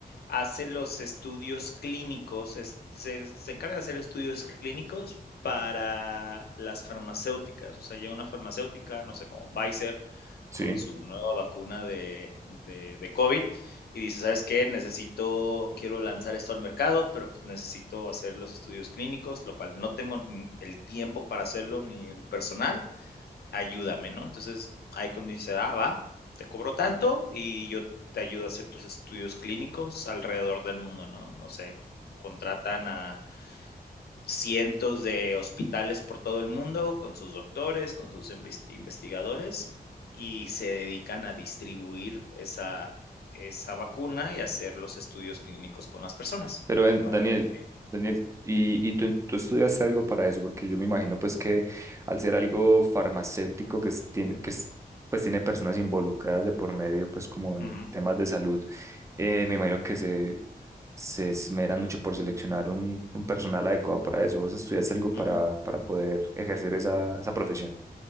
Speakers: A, on the left; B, on the right.
A: hace los estudios clínicos, es- se, se encarga de hacer estudios clínicos para las farmacéuticas. O sea, llega una farmacéutica, no sé, como Pfizer,
B: Sí.
A: con su nueva vacuna de, de, de COVID y dice, ¿sabes qué? Necesito, quiero lanzar esto al mercado, pero pues necesito hacer los estudios clínicos, lo cual no tengo ni el tiempo para hacerlo ni el personal ayúdame, ¿no? Entonces, ahí cuando dice, ah, va, te cobro tanto y yo te ayudo a hacer tus estudios clínicos alrededor del mundo, ¿no? No sé, contratan a cientos de hospitales por todo el mundo con sus doctores, con sus investigadores y se dedican a distribuir esa, esa vacuna y hacer los estudios clínicos con las personas,
B: Pero
A: ¿no?
B: ven,
A: Para
B: Daniel,
A: ver.
B: Daniel, y, y tú, tú estudias algo para eso, porque yo me imagino pues que al ser algo farmacéutico que es- tiene, que es- pues tiene personas involucradas de por medio, pues como en
A: Uh -huh,
B: temas de salud, eh, me imagino que se, se esmeran mucho por seleccionar un, un personal adecuado para eso. ¿Vos estudias algo para,
A: uh -huh.
B: para poder ejercer esa, esa profesión?